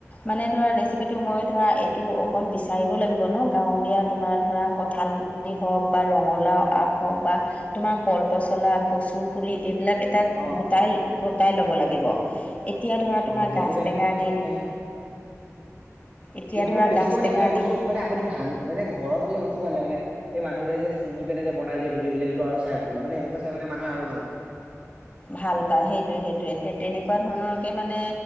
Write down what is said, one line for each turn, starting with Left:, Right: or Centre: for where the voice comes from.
Left: মানে ধৰা ৰেছিপিটো মই ধৰা এইটো অকন বিচাৰিবয়ো লাগিব ন? গাঁৱলীয়া তে তোমাৰ ধৰা কঠাল গুটি হওঁক বা ৰঙালাউ আগ হওঁক বা তোমাক কল পচলা কচু পুলি এইবিলাক এটা
Right: অ
Left: গোটাই, গোটাই ল'ব লাগিব। এতিয়া ধৰা তোমাৰ
Right: অ সেইটো
Left: গাজটেঙাৰ
Right: কাৰণে মানে
Left: দিন।
Right: এ
Left: এতিয়া
Right: কি ক'
Left: ধৰা
Right: মানে বেছিকৈ
Left: গাজ
Right: মানে
Left: টেঙাৰ
Right: সেইবিলাক বস্তু
Left: দিন
Right: মানে আপুনি ভাং মানে ঘৰত হ'লে বেছি ভালে মানে এই মানুহবিলাকে যে ছিঙি পেনে যে বনাই যে ভিডিঅ' বিলাক, সেইটো আৰু চাই ভাল মানে এনেকুৱা চাই মানে মানুহে আৰু ভাল পায়।
Left: ভাল পায়, সেইটোৱে, সেইটোৱে সেই তেনেকুৱা ধৰণৰকে মানে